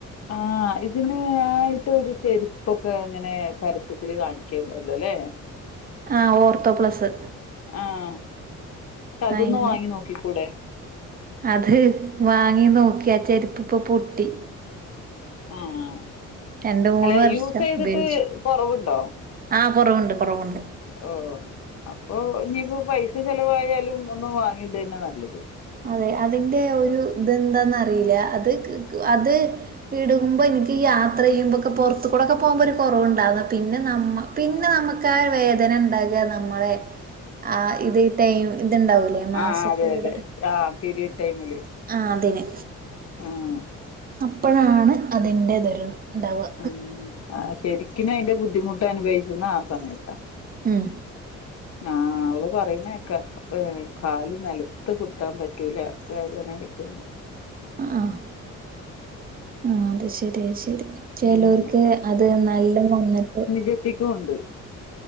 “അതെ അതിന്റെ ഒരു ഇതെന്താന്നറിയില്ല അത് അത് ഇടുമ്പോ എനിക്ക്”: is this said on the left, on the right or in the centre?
Right